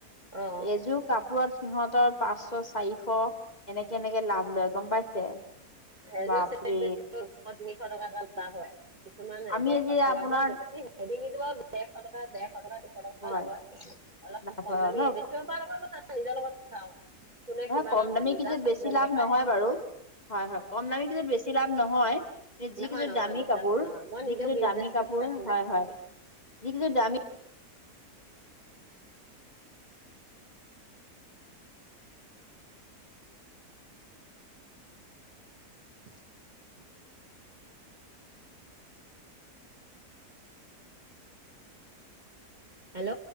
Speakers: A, on the right (about 30°); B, on the left (about 25°).
A: অ
B: এইযোৰ কাপ পোৰত সিহঁতৰ পাঁচশ চাৰিশ এনেকে এনেকে লাভ লয় গম পাইছে
A: সেইযোৰ
B: বাপৰে
A: চেত বেছি দুশ তিনিশ টকা এটা হয় কিছুমান নাই
B: আমি
A: ডেৰশ
B: এতিয়া
A: টকা
B: আপোনাৰ
A: বা বেছি হেৰি কি ডেৰশ টকা ডেৰশ টকা
B: হয়
A: ল অলপ
B: লাভ
A: কম
B: হয়
A: দমি
B: ন
A: বেছি পৰা লব নিজৰ লগত কথা আৰু কোনে
B: ন
A: কিমানত
B: কম দামী কিজোত
A: যাক
B: বেছি
A: যেনেকে
B: লাভ
A: পায়
B: নহয় বাৰু হয় হয় কম দামী কিযোত বেছি লাভ নহয় যি
A: নহয়
B: কিযো
A: নহয়
B: দামী
A: বেছি
B: কাপোৰ
A: লাভ নহয় মই নিজেও
B: যি কিযো
A: বিজনেছ
B: দামী কাপোৰ
A: কৰি পাইছো
B: হয়
A: যে
B: হয় যি কিজো দামি
A: <inaudible> হেল্ল'